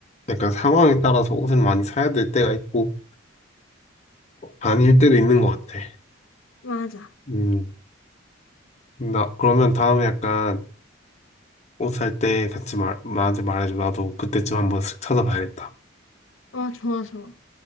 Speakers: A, on the left (about 35°); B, on the left (about 80°).
A: 약간 상황에 따라서 옷을 많이 사야 될 때가 있고, 아닐 때도 있는 것 같아.
B: 맞아.
A: 음, 나, 그러면 다음에 약간 옷 살 때 같이 말, 나한테 말해줘. 나도 그때쯤 한번 쓱 찾아봐야겠다.
B: 어 좋아 좋아.